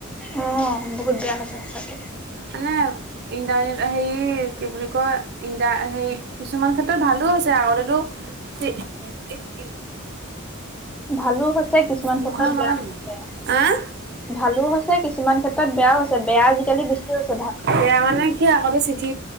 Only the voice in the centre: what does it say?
অ বহুত বেয়া হৈছে সঁচাকে
ভালো হৈছে কিছুমান ক্ষেত্ৰত
বেয়া
ভালো কিছুমান ক্ষেত্ৰত বেয়া হৈছে আজিকালি বেছি ভাল